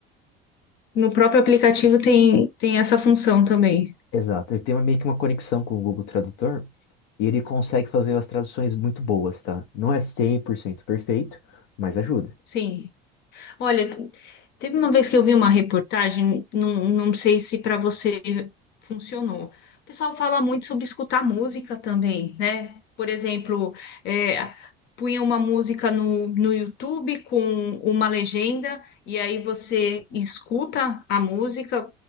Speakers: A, on the left; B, on the left.
A: No próprio aplicativo tem, tem essa função também.
B: Exato. Ele tem uma- meio que uma conexão com o Google Tradutor, E ele consegue fazer as traduções muito boas, tá? Não é 100% perfeito, mas ajuda.
A: Sim. Olha, teve uma vez que eu vi uma reportagem, não, não sei se para você funcionou. O pessoal fala muito sobre escutar música também, né? Por exemplo, é, punha uma música no, no YouTube com uma legenda, e aí você escuta a música,